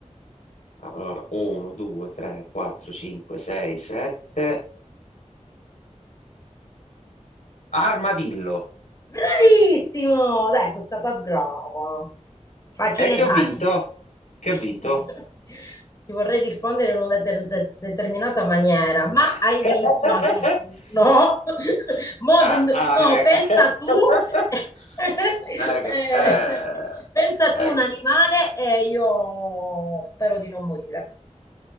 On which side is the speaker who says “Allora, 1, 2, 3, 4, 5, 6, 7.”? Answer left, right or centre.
Left